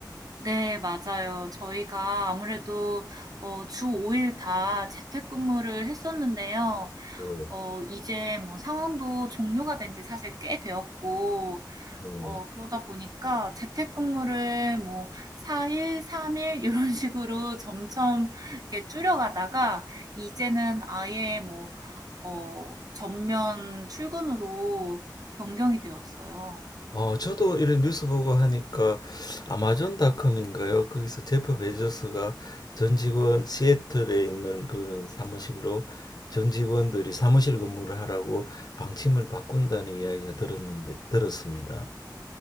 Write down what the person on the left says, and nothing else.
네,
네,
어, 저도 이런 뉴스 보고 하니까 아마존닷컴인가요? 거기서 제프 베조스가 전 직원 시애틀에 있는 그런 사무실로 전 직원들이 사무실 근무를 하라고 방침을 바꾼다는 이야기가 들었는데 들었습니다.